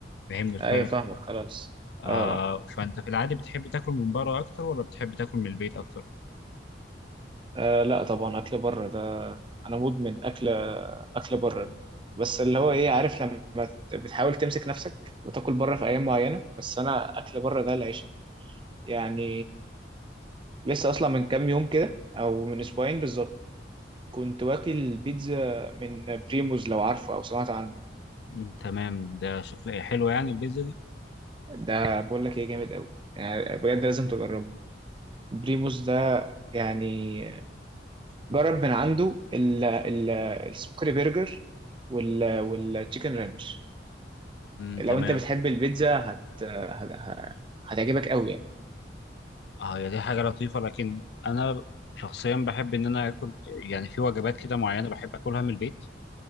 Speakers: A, on the left; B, on the right.
A: فاهمني فاهم
B: ايوه فاهمك
A: الفكره
B: خلاص
A: آه
B: اه
A: فانت في العادي بتحب تاكل من بره اكتر ولا بتحب تاكل من البيت اكتر
B: آه لا طبعا اكل بره ده انا مدمن اكل اكل بره ده. بس اللي هو ايه عارف لما ت- بتحاول تمسك نفسك وتاكل بره في ايام معينه بس انا اكل بره ده العيش يعني لسه اصلا من كام يوم كده او من اسبوعين بالظبط كنت واكل بيتزا من بريموز لو عارفه او سمعت عنه
A: مم، تمام ده شكلها حلو يعني البيتزا دي
B: ده بقول لك ايه جامد قوي يعني بجد لازم تجربه بريموس ده يعني جرب من عنده ال- ال- السموكري برجر وال والتشيكن رانش
A: مم،
B: لو
A: تمام
B: انت بتحب البيتزا هت... هت... ه- هتعجبك قوي يعني
A: اه هي دي حاجه لطيفه لكن انا شخصيا بحب ان انا اكل يعني في وجبات كده معينه بحب اكلها من البيت